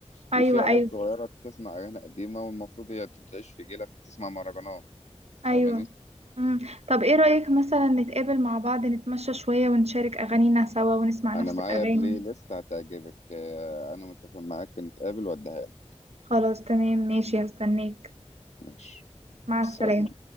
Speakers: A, on the right; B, on the left.
A: أيوه
B: وفي عيال
A: أيوه
B: صغيرة بتسمع أغاني قديمة والمفروض هي تعيش في جيلك تسمع مهرجانات فاهماني
A: أيوه امم طب إيه رأيك مثلا نتقابل مع بعض نتمشى شوية ونشارك أغانينا سوا ونسمع نفس
B: أنا معايا
A: الأغاني
B: بلاي ليست هتعجبك آه، أنا متفق معاك نتقابل وأديها لك
A: خلاص تمام ماشي هستناك
B: ماشي
A: مع
B: سلام
A: السلامة